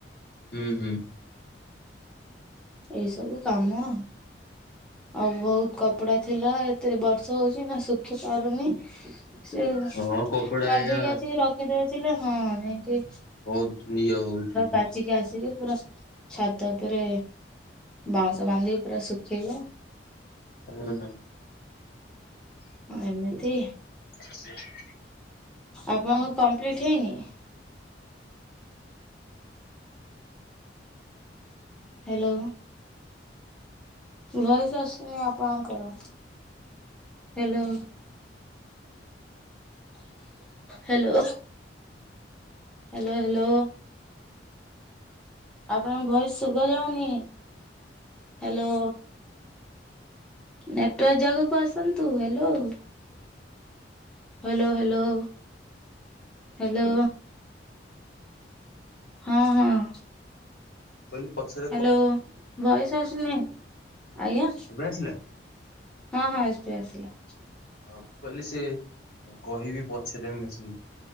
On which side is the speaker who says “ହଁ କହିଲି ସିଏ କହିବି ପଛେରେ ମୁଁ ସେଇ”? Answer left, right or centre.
Left